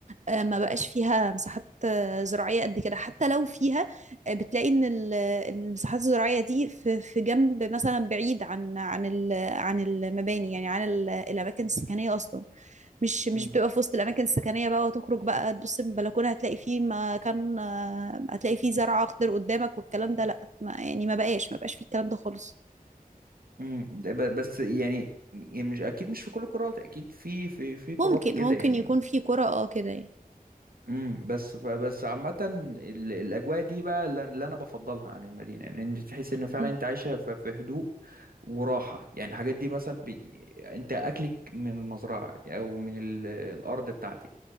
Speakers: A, on the right; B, on the right.
A: آه، ما بقاش فيها مساحات آه، زراعية قد كده حتى لو فيها آه، بتلاقي ان ال- المساحات الزراعية دي في في جنب مثلا بعيد عن عن ال- عن المباني يعني عن ال- الأماكن السكنية أصلا مش مش
B: مم.
A: بتبقى في وسط الأماكن السكنية بقى وتخرج بقى تبص من البلكونة هتلاقي فيه مكان آه، هتلاقي فيه زرع أخضر قدامك والكلام ده لأ ما يعني ما بقاش ما بقاش فيه الكلام ده خالص
B: مم. ده ب- بس يعني م- مش اكيد مش في كل الكرات اكيد في في في كرات
A: ممكن
B: كده
A: ممكن
B: يعني
A: يكون فيه قرى اه كده يعني
B: امم بس فبس عامة ال- الأجواء دي بقى اللي اللي أنا بفضلها عن المدينة يعني أنت تحس إن فعلا
A: مم.
B: أنت عايشة ف- في هدوء وراحة يعني الحاجات دي مثلا بي... أنت أكلك من المزرعة أو من ال... الأرض بتاعتك